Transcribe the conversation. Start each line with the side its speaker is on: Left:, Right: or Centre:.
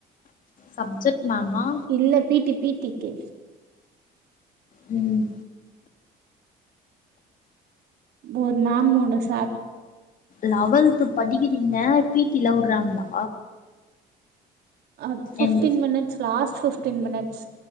Left: சப்ஜெக்ட் மேமா
Right: இல்ல பீ டி பீ டி க்கி
Left: ம்
Right: ஒர் மேம் ஒன்னு சார்
Left: லவல்த்து படிக்கிறீங்க பீ டி லா உட்றாங்களா
Right: அ fifteen
Left: எங்கு
Right: minutes last fifteen minutes